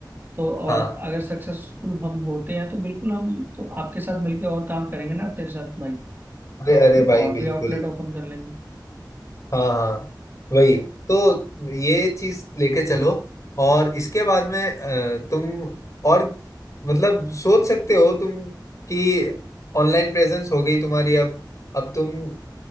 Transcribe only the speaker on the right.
तो और
अगर सक्सेसफुल हम होते हैं तो बिल्कुल हम तो आपके साथ मिलकर और काम करेंगे ना तेरे साथ भाई तो
हम
और भी
आउटलेट ओपन कर लेंगे